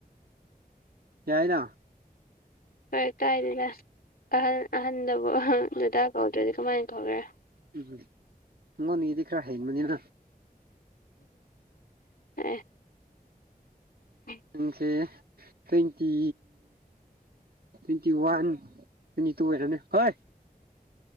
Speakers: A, on the right; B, on the left.
A: ꯌꯥꯏꯅꯥ
B: ꯐꯔꯦ ꯀꯥꯏꯗ ꯂ ꯑꯍꯟ ꯑꯍꯟꯗꯕꯨ ꯗꯗꯥ ꯐꯧꯗ꯭ꯔꯗꯤ ꯀꯃꯥꯏꯅ ꯇꯧꯈ꯭ꯔꯦ
A: ꯎꯝ ꯎꯣꯅꯤꯗꯤ ꯈꯔ ꯍꯥꯏ ꯃꯅꯤꯅ
B: ꯑꯦ <inaudible>
A: <unintelligible> twenty twenty one twenty two ꯑꯣꯏꯔꯣꯅꯦ ꯍꯣꯏ